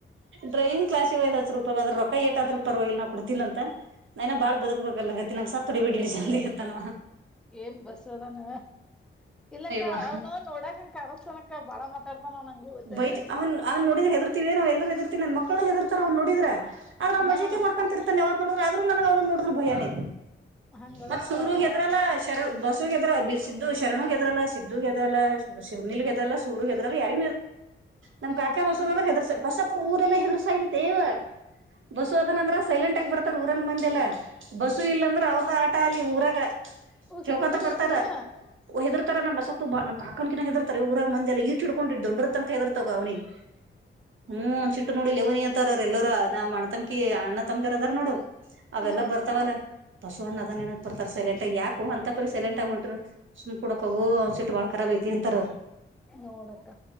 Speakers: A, on the right; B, in the centre.
A: ಡ್ರೋಯಂಗ ಕ್ಲಸ್ ಶಿವಾಯ ನ ರರು ಾಗದ್ರ ರೊಕ್ಕ ಏಟಾದ್ರರು ಪರವಾಗಿಲ್ಲ ನಾ ಕೊಡ್ತೀನ ಅಂತ ನನ ಬಾಳ್ ಬದುಕ್ಬೇಕಲ್ಲಗತ್ತ ಸ ೋಡೆಿ ಬಿಡ್ಡಿಡ್
B: ಏನು
A: ಜಂದಿತಾನ
B: ಏನ್ ಬಸ್ದಾನ ಇಲ್ಲಕ್ಕ
A: ಅವ
B: ಅವ್ನು ನೋಡಾಕಂಗ ಕನಸ್ತನಕ್ಕ ಬಾಳ ಮಾತಾಡ್ತಾನ ನಂಗೂ ಗೊತ್ತೈತೆ
A: ಬೈಟ್ ಅವನ್್ ನೋಡಿದ್ರ ಹೆದರ್ತವ ನಾವ ಎಲ್ಲರ ಎ ಹೆದರ್ತೀವಿ ನನ್ ಮಕ್ಳ ಹೆದಿರ್ತಾರ ಅವ್ ನೋಿದ್ರ ಆದ್ರ ಅವ
B: ಹಾ
A: ಮಜೆ ಮಾಡ್ಕೊಂತರ್ತೆ ಯವತ್ ನೋಡ್ರ ಆದ್ರೂ ನನ ಅವ್ನ್ನ ನೋಡ್ರ್ ಭಯನನೆ
B: ಹಂಗದಾನವ
A: ಮತ್ತ ಸೂರ
B: ಅವ
A: ಹೆದ್ರಲ್ಲ ಶರ ಬಸ್ ಗೆದ್ರ ಸಿದ್ದು ಶರಣ ಗೆದ್ರಲ್ಲ ಸಿದ್ದ ಗೆದ್ರಲ್ಲ ಶಿವ್ನಲ್ ಗೆದ್ರಲ್ಲ ಸೂ ಎದ್ರಲ್ಲ ಯಾರ ನಮ್
B: ಹ್ಮ್
A: ಕಾಕಾ ಬಸಬಾದ್ರ ಹೆದರ್ ಬಸಪ್ಪ ಊರೆಲ್ಲ ಹೆದರ್ಸಾ್ದ ದೇವ ಬಸು ಅದನಂದ್ರ ಸೈಲೆಂಟ್ ಆಗಿ ಬರ್ತಾರ ಊರನ್ ಮಂದೆಲ್ಲ ಬಸು ಇಲ್ಲ ಅಂದ್ರೆ ಅವ್ರದ ಆಟ ಅಲ್ಲಿ ಊರ
B: ಓ
A: ಕೇಳ್ಕೊಂತ
B: ಹಿಂಗ್ ಬೇರೆ
A: ಬರ್ತಾರ
B: ಐತನಾ
A: ಹೆದರು ರ ನಮ್ಮ ಬಸ ಬ ನಮ್ಮ ಪಕನಕಿ ಹ ಹೆದರ್ತಾರೆ ಊರದ ಮಂದೆಲ್ಲ ಈಟ್ ಹಿಡ್ಕೊಂಡಿ ದೊಡ್ಡತಂತ ಹೆದಿರ್ತವ ಅವನಿಗೆ ಹ್ಮ್ ಒ ಚಿಟ್ಟು ನೋಡಿ ಲೇವನಿ ಅಂತಾರ ಎಲ್ಲರೂ ನಮ್ಮ್ಣ್ಣ ತಮಕಿ ಅಣ್ಣ ತಂದ್ದರ್ ಅದ್ರ ನೋಡು ಅವೆಲ್ಲಾ
B: ಹಾ
A: ಬರ್ತಾವಲ್ಲ ಬಸವಣ್ಣ ಅದನ್ಏನಕ್ ಬರ್ಾರೆ ಸೈಲೆಂಟ್ ಯಾಕು ಅಂತರಿ ಸೈಲೆಂಟ್ ಆಗ ಹೊಂಟರು ಸು್ ಕುಡಕ ಹೋಸಟ್ ಖರಾಬ ಐತಿ ಅಂತರ
B: ನೋಡಕ್ಕ